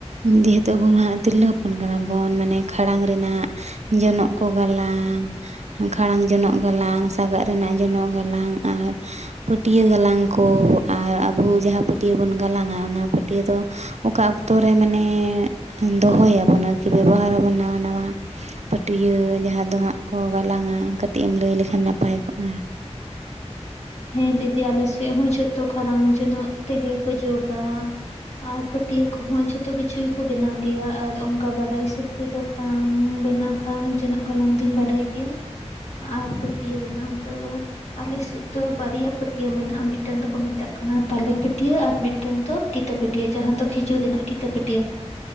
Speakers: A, on the right; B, on the left.
A: ᱡᱮᱦᱮᱛᱩ ᱟᱵᱚ ᱱᱟᱸᱜ ᱛᱤᱨᱞᱟᱹ ᱦᱚᱯᱚᱱ ᱠᱟᱱᱟ ᱵᱚᱱ ᱢᱟᱱᱮ ᱠᱷᱟᱲᱟᱝ ᱨᱮᱱᱟᱜ ᱡᱚᱱᱚᱜ ᱠᱚ ᱜᱟᱞᱟᱝ, ᱠᱷᱟᱲᱟᱝ ᱡᱚᱱᱚᱜ ᱜᱟᱞᱟᱝ ᱥᱟᱜᱟᱫ ᱛᱮᱱᱟᱜ ᱡᱚᱱᱚᱜ ᱜᱟᱞᱟᱝ ᱟᱨ ᱯᱟᱹᱴᱤᱭᱟᱹ ᱜᱟᱞᱟᱝ ᱠᱚ ᱟᱨ ᱟᱵᱚ ᱡᱟᱦᱟᱸ ᱯᱟᱹᱴᱤᱭᱟᱹ ᱵᱚᱱ ᱜᱟᱞᱟᱝᱼᱟ ᱚᱱᱟ ᱯᱟᱹᱴᱭᱟᱹ ᱫᱚ ᱚᱠᱟ ᱚᱠᱛᱚ ᱨᱮ ᱢᱟᱱᱮ ᱫᱚᱦᱚᱭᱟᱵᱚᱱ ᱟᱨᱠᱤ ᱵᱮᱵᱚᱦᱟᱨ ᱟᱵᱚᱱ ᱱᱟᱣᱟ ᱱᱟᱣᱟ ᱯᱟᱹᱴᱤᱭᱟᱹ ᱡᱟᱦᱟᱸ ᱫᱚ ᱦᱟᱸᱜ ᱠᱚ ᱜᱟᱞᱟᱝᱼᱟ ᱠᱟᱹᱴᱤᱡ ᱮᱢ ᱞᱟᱹᱭ ᱞᱮᱠᱷᱟᱱ ᱱᱟᱯᱟᱭ ᱠᱚᱜᱼᱟ?
B: ᱦᱮᱸ ᱫᱤᱫᱤ ᱟᱞᱮᱥᱮᱜ ᱦᱚᱸ ᱡᱷᱚᱛᱚ ᱠᱷᱟᱨᱟᱝ ᱡᱚᱱᱚᱜ ᱛᱮᱜᱮ ᱠᱚ ᱡᱚᱜᱟ ᱟᱨ ᱯᱟᱹ ᱴᱤᱭᱟᱹ ᱠᱚᱦᱚᱸ ᱡᱷᱚᱛᱚ ᱠᱤᱪᱷᱩ ᱜᱮᱠᱚ ᱵᱮᱱᱟᱣ ᱜᱮᱭᱟ ᱟᱨ ᱚᱝᱠᱟ ᱵᱟᱰᱟᱭ ᱦᱤᱥᱟᱹᱵ ᱛᱮᱫᱚ ᱠᱷᱟᱱ ᱵᱮᱱᱟᱣ ᱠᱷᱟᱨᱟᱝ ᱡᱚᱱᱚᱜ ᱜᱟᱞᱟᱝ ᱫᱩᱧ ᱵᱟᱰᱟᱭ ᱜᱮᱭᱟ ᱟᱨ ᱯᱟᱹᱴᱭᱟᱹ ᱵᱮᱱᱟᱣ ᱫᱚ ᱟᱞᱮ ᱥᱮᱫ ᱫᱚ ᱵᱟᱨᱭᱟ ᱯᱟᱹᱴᱤᱭᱟ ᱢᱮᱱᱟᱜᱼᱟ, ᱢᱤᱫᱴᱟᱝ ᱫᱚᱠᱚ ᱢᱮᱛᱟᱜ ᱠᱟᱱᱟ ᱛᱟᱞᱮ ᱯᱟᱹᱴᱭᱟ ᱟᱨ ᱢᱤᱫᱴᱟᱝ ᱫᱚ ᱠᱤᱛᱟᱹ ᱯᱟᱹᱴᱤᱭᱟᱹ ᱡᱟᱦᱟᱸ ᱫᱚ ᱠᱷᱤᱡᱩᱨ ᱨᱮᱱᱟᱜ ᱠᱤᱛᱟᱹ ᱯᱟᱹᱴᱤᱭᱟᱹ ᱾